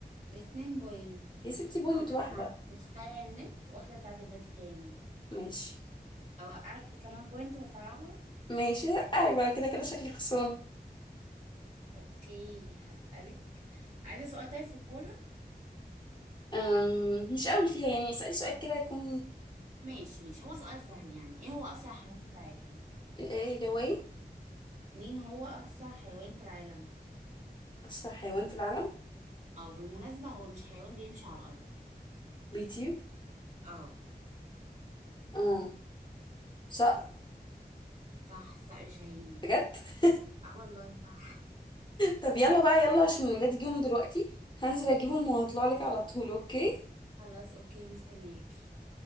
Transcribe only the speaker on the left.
يا ستي بوينت
واحده
ماشي
<laughs> ماشي ايوه كده كده شكلي خسرانه
أم، مش قوي فيها يعني اسالي سؤال كده يكون
ايه ده واي
اسرع حيوان في العالم
بيطير
اه صقر
بجد <laughs>
طب يلا بقى يلا عشان ولادي جيهم دلوقتي هنزل اجيبهم وهطلع لك على طول اوكي